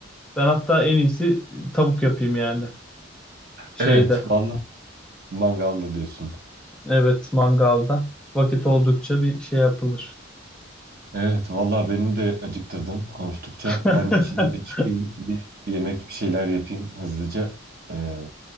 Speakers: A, in the centre; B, on the right.
A: Ben hatta en iyisi tavuk yapayım yani şeyde.
B: Evet, vallahi mangalda diyorsun.
A: Evet mangalda. Vakit oldukça bir şey yapılır.
B: Evet, vallahi beni de acıktırdın konuştukça.
A: <laughs>
B: Ben de şimdi bir çıkayım, bir yemek bir şeyler yapayım hızlıca. Ee,